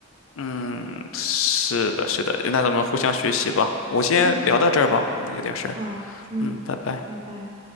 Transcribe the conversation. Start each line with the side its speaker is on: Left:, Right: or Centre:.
Left: 嗯，是的，是的，那咱们互相学习吧。我先聊到这儿吧，
Right: 嗯，
Left: 可能有点事儿。
Right: 好，嗯，
Left: 嗯，拜拜。
Right: 拜拜。